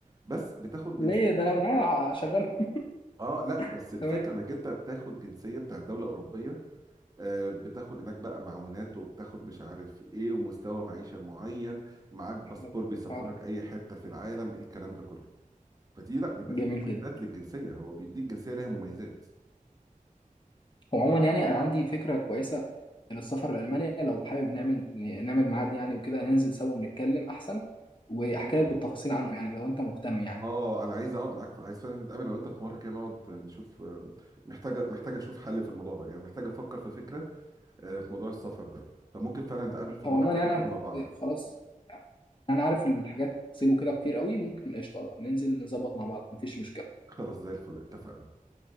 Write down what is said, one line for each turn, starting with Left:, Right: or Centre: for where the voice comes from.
Right: بس بتاخد جنسيه
Left: ليه ده لو معايا هشغله
Right: اه لا بس
Left: <laughs>
Right: الفكره
Left: تمام
Right: انك انت بتاخد جنسيه بتاعت دوله اوروبيه آه، بتاخد هناك بقى معونات وبتاخد مش عارف ايه ومستوى معيشة معين معاك باسبور
Left: حلو
Right: بيسفرك
Left: حلو.
Right: اي حتة في العالم الكلام ده كله فدي لا بيبقى
Left: جميل
Right: فيه مميزات
Left: جدا
Right: للجنسية هو بيديك جنسية ليها مميزات
Left: وعموما يعني انا عندي فكره كويسه للسفر لالمانيا لو حابب نعمل نعمل ميعاد يعني وكده ننزل سوا ونتكلم احسن واحكي
Right: ممكن
Left: لك بالتفاصيل عنه يعني لو انت مهتم يعني
Right: اه انا عايز اقعد معاك في عايز فعلا نتقابل لو انت في مره كده نقعد نشوف آه، محتاجه محتاجه اشوف حل في الموضوع ده يعني محتاجه افكر في فكره آه، في موضوع السفر ده فممكن فعلا نتقابل في
Left: هو
Right: مره
Left: عموما
Right: كده
Left: يعني
Right: نقعد
Left: انا
Right: مع
Left: كنت
Right: بعض
Left: خلاص انا عارف الحاجات سيلو كده كتير قوي ممكن قشطه ننزل نظبط مع بعض مفيش مشكله
Right: خلاص زي الفل اتفقنا